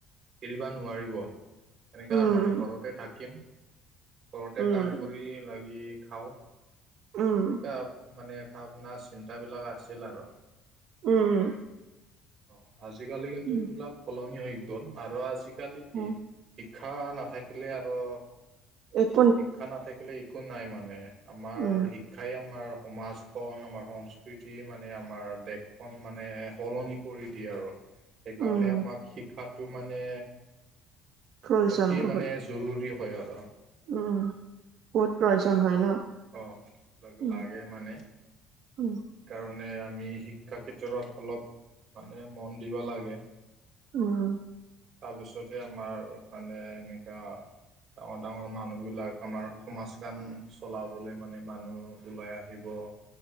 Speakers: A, on the right; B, on the right.
A: এৰিবা নোৱাৰিব। তেনেকুৱা
B: উম,
A: আৰু মানে ঘৰতে থাকিম। ঘৰতে
B: উম,
A: কাম কৰি লাগি খাওঁ।
B: উম,
A: এনেকুৱা মানে ভাৱনা চিন্তাবিলাক আছিল আৰু।
B: উম।
A: অ', আজি কালি কিন্তু
B: উম,
A: এইবিলাক সলনি হৈ গ'ল আৰু আজি কালি কি
B: উম।
A: শিক্ষা নাথাকিলে আৰু
B: এক
A: শিক্ষা নাথাকিলে একো নাই মানে আমাৰ শিক্ষা
B: উম।
A: শিক্ষাই আমাৰ সমাজখন আমাৰ সংস্কৃতি মানে আমাৰ দেশখন মানে সলনি কৰি দিয়ে আৰু সেইকাৰণে
B: উম,
A: আমাক শিক্ষাটো মানে
B: প্ৰয়োজন
A: মানে অতি
B: বহুত,
A: মানে জৰুৰী হয় আৰু।
B: উম। বহুত প্ৰয়োজন
A: এইবোৰ অ'
B: হয় ন?
A: এইবিলাক
B: উম।
A: লাগে মানে।
B: উম।
A: সেইকাৰণে আমি শিক্ষাৰ ক্ষেত্ৰত অলপ মানে মন দিব লাগে।
B: উম।
A: তাৰপিছতহে আমাৰ মানে এনেকৈ ডাঙৰ ডাঙৰ মানুহ বি লাক আমাৰ সমাজখন চলাবলৈ মানে মানুহ ওলাই আহিব।